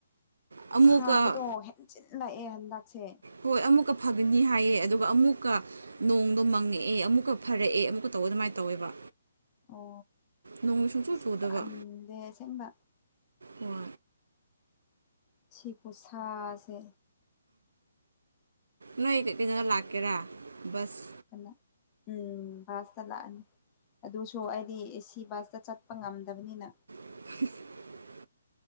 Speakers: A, on the right; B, on the left.
A: ꯑꯃꯨꯛꯀ
B: ꯁꯥꯕꯗꯣ ꯍꯦꯟꯖꯤꯜꯂꯛꯑꯦ ꯍꯟꯗꯛꯁꯦ
A: ꯍꯣꯏ ꯑꯃꯨꯛꯀ ꯐꯒꯅꯤ ꯍꯥꯏꯌꯦ ꯑꯗꯨꯒ ꯑꯃꯨꯛꯀ ꯅꯣꯡꯗꯣ ꯃꯪꯉꯛꯑꯦ ꯑꯃꯨꯛꯀ ꯐꯔꯛꯑꯦ ꯑꯃꯨꯛꯀ ꯇꯧꯕ ꯑꯗꯨꯃꯥꯏꯅ ꯇꯧꯋꯦꯕ
B: ꯑꯣ
A: ꯅꯣꯡ ꯁꯨꯡꯆꯨ
B: ꯑꯁ
A: ꯆꯨꯗꯕ
B: ꯇꯟꯗꯦ ꯑꯁꯦꯡꯕ
A: ꯋꯥ
B: ꯁꯤ ꯈꯨꯁꯥꯥꯁꯦ
A: ꯅꯣꯏ ꯀꯩꯅꯣꯗ ꯂꯥꯛꯀꯦꯔ ꯕꯁ
B: ꯀꯥꯅ ꯎꯝ ꯕꯁ ꯇ ꯂꯥꯛꯑꯅꯤ ꯑꯗꯨꯁꯨ ꯑꯩꯗꯤ ꯑꯦ ꯁꯤ ꯕꯁꯇ ꯆꯠꯄ ꯉꯝꯗꯕꯅꯤꯅ
A: <inaudible>